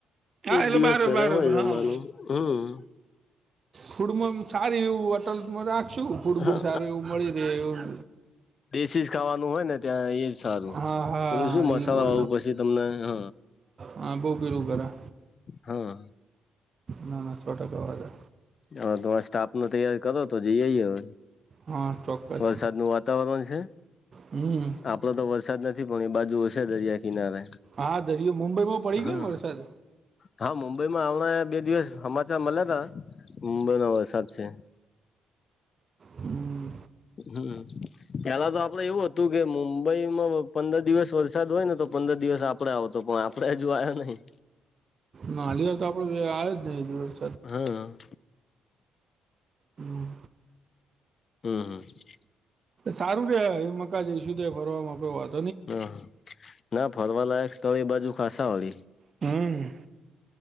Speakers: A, on the right; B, on the left.
A: હા
B: કોક
A: એટલે
B: દિવસ
A: બાર
B: ઘરે
A: બાર
B: હોય જમવાનું
A: હા
B: હમ.
A: ફૂડમાં સાર એવું હોટલમાં રાખશું ફૂડ બૂડ
B: હા
A: સારું એવું મળી રહે એવું.
B: દેશીસ ખાવાનું હોય ને ત્યાં એ. સારું
A: હા હા
B: પેલું શું મસાલા
A: એ બહુ
B: વાવું પછી તમને હહ.
A: હા બહુ પેલું કરે
B: હા.
A: ના ના સો ટકા આવાજે.
B: હ તમારે સ્ટાફ ન તૈયારી કરો તો જઇઆઇ એ હવ.
A: હા ચોક્કસ
B: વરસાદ નું વાતાવરણ છે.
A: હમ
B: એટલો તો વરસાદ નથી પણ એ બાજુ હશે દરિયા કિનારે.
A: હા દરયો મુંબઈમાં પડી
B: હા
A: ગયો ને વરસાદ.
B: હા મુંબઈ માં આવણા બે દિવસ હમાચાર મળ્યા તા મુંબઈનો વરસાદ છે.
A: હમ.
B: હમ. પેલા તો આપડે એવું હતું કે મુંબઈમાં પંદર દિવસ વરસાદ હોય ને તો પંદર દિવસ. આવ તો પણ આપડે હ જો આયા નહી.
A: નાનલી વાત તો આપડે આવે જ નહી.
B: હા.
A: નવ.
B: હમ હમ.
A: સારું રે ઈન મકા જઈશું ત ફરવામાં કોઈ વાત.
B: હ ના ફરવા લાયક સ્થળ બાજુ ખાાસ હોળ.
A: હમ.